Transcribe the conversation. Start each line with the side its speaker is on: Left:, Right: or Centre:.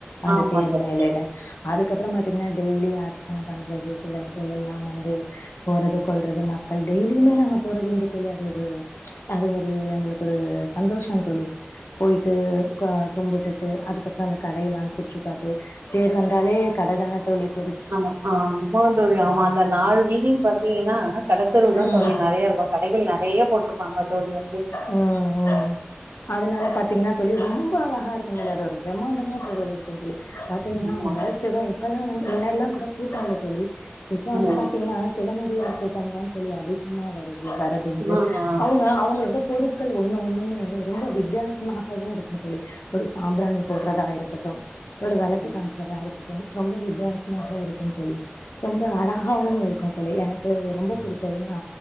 Left: அந்த
Right: ஆமா
Left: தேர்
Right: தோழி
Left: மேலைல அதுக்கப்புறோ பாத்தீங்கன்னா டெய்லி அர்ச்சன பன்றது இது எல்லாம் வந்து போறது கொல்ரது ம க்கள் டெய்லியுமே நாங்க போறதுண்டு தோழி அது ஒரு அது ஒரு எங்களுக்கு ஒரு சந்தோஷம் தோழி போயிட்டு கும்புடுட்டு அதுக்கப்புறோ அந்த கடையில்லா சுற்றி பாத்து தேர் வந்தாலே கடதான தோழி பெருசு
Right: ஆமா ஆ ஆமா தோழி ஆமா அந்த நாலு வீதியும் பாத்தீங்கன்னா கடத்தெருவு தா
Left: ம்.
Right: தோழி நெறைய இருக்கும் கடைகள் நெறைய போட்ருப்பாங்க தோழி வந்து
Left: உம் உம் அதனால பாத்தீங்கன்னா தோழி ரொம்ப அழகா இருக்கும் தோழி அது ஒரு பிரம்மாண்டமா தோழி உங்களுக் பாத்தீங்னா
Right: ஆமா
Left: உங்க சிவா இப்பெல்லா வந்து முன்னாடில்லா கூட கூப்டாங்ளா தோழி இப்ப வந்து
Right: ம்
Left: பாத்தீங்னா சிவனடியார் கூட்டம் தா தோழி அதிகமா வருது வேற ஏதுவுல்ல
Right: ஆமா
Left: அவுங்க அவுங்களோட பொருட்கள் ஒன்னு ஒன்னுமே ரொம்ப வித்தியாசமாகவு இருக்கும் தோழி ஒரு சாம்ராணி போட்றதா இருக்கட்டும் ஒரு வெளக்கு
Right: ம்
Left: காமிக்கறதா இருக்கட்டும் ரொம்ப வித்தியாசமாக இருக்கும் தோழி ரொம்ப அழகாவும் இருக்கும் தோழி எனக்கு எனக்கு ரொம்ப பிடித்ததுனா